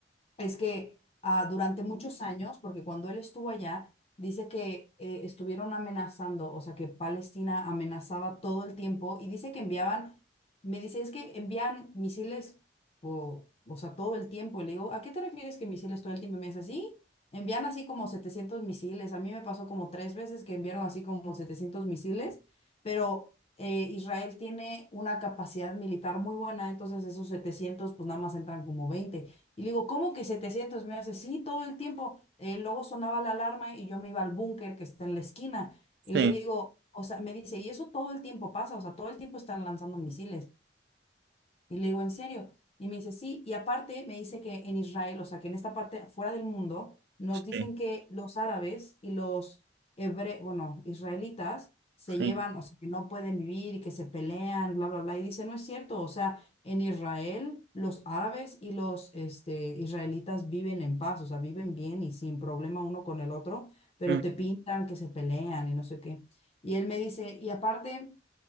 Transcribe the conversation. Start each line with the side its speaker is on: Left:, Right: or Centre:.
Left: es que ah, durante muchos años, porque cuando él estuvo allá, dice que eh, estuvieron amenazando, o sea, que Palestina amenazaba todo el tiempo y dice que enviaban, me dice, es que envían misiles, o, o sea, todo el tiempo. Y le digo, ¿a qué te refieres que misiles todo el tiempo? Y me dice, sí, envían así como 700 misiles. A mí me pasó como tres veces que enviaron así como 700 misiles, pero... eh, Israel tiene una capacidad militar muy buena, entonces esos 700 pues nada más entran como 20 y le digo, ¿cómo que setecientos Me hace, sí, todo el tiempo. Eh, luego sonaba la alarma y yo me iba al búnker que está en la esquina. Y
Right: Sí,
Left: le digo, o sea, me dice, y eso todo el tiempo pasa, o sea, todo el tiempo están lanzando misiles. Y le digo, ¿en serio? Y me dice, sí. Y aparte me dice que en Israel, o sea, que en esta parte fuera del mundo, nos
Right: sí,
Left: dicen que los árabes y los hebre, bueno, israelitas se
Right: sí,
Left: llevan, o sea, que no pueden vivir y que se pelean, bla, bla, bla. Y dice, no es cierto. O sea, en Israel, los árabes y los este, israelitas viven en paz, o sea, viven bien y sin problema uno con el otro, pero
Right: mm,
Left: te pintan que se pelean y no sé qué. Y él me dice, y aparte...